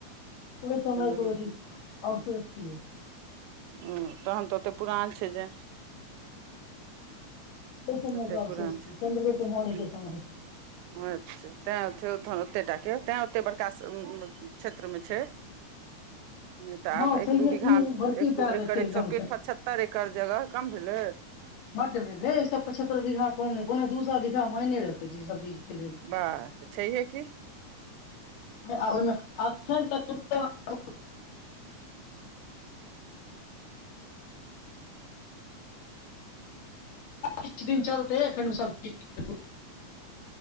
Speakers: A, on the left; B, on the right.
A: ओहि समय
B: चन्द्रगुप्त
A: के ओ चीज अवशेष छियै
B: ओ तहन ते ओते पुरान छै जे
A: ओहि समय
B: कते
A: के अवशेष
B: पुरान
A: छियै
B: छै,
A: चंन्द्रगुप्त मौर्य
B: ह्म्म
A: के समय के
B: अच्छा ताय <unintelligible> ते टाके ताए ओ ते बड़का से उम्म उम्म क्षे त्र मे छै। नै ते आब
A: हँ छैहे
B: एक-दू बीघा,
A: की बड़की
B: एक
A: टा के
B: एकड़
A: छै एकदम
B: एक सौ
A: से
B: पचहत्तर एकड़ जगह कम भेले।
A: बड भेले एक सौ पचहत्तर बीघा कम नै, पौने दू सौ बीघा मायने रखै छै ई सब चीज के लेल
B: बाप छैहिये की।
A: आ ओय मे एखन तऽ <unintelligible> किछ दिन चलतै एखन उ सब चीज।